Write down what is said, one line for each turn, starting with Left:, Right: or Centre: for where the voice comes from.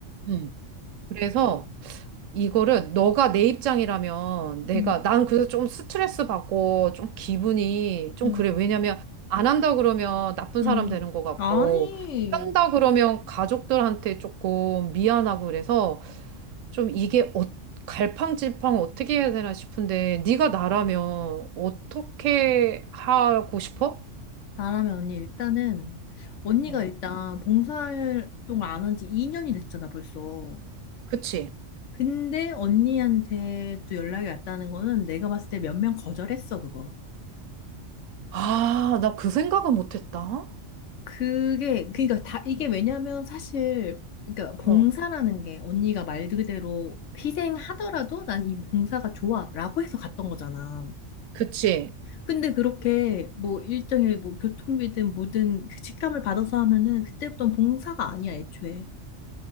Right: 음. 그래서 이거를 너가 내 입장이라면 내가
Left: 응,
Right: 난 그래서 좀 스트레스 받고 좀 기분이 좀
Left: 응,
Right: 그래. 왜냐면 안 한다 그러면 나쁜
Left: 응.
Right: 사람 되는 것 같고
Left: 아니.
Right: 한다 그러면 가족들한테 조금 미안하고 그래서 좀 이게 어, 갈팡질팡 어떻게 해야 되나 싶은데 네가 나라면 어떻게 하고 싶어?
Left: 나라면 언니 일단은 언니가
Right: 어,
Left: 일단 봉사활동을 안 한 지 2년이 됐잖아 벌써.
Right: 그치?
Left: 근데 언니한테 또 연락이 왔다는 거는 내가 봤을 때 몇 명 거절했어 그거.
Right: 아, 나 그 생각은 못했다.
Left: 그게 그러니까 다 이게 왜냐면 사실 그러니까 봉사라는
Right: 어,
Left: 게 언니가 말 그대로 희생하더라도 난 이 봉사가 좋아라고 해서 갔던 거잖아.
Right: 그치?
Left: 근데 그렇게 뭐 일정의 뭐 교통비든 뭐든 그 직감을 받아서 하면은 그때부터는 봉사가 아니야 애초에.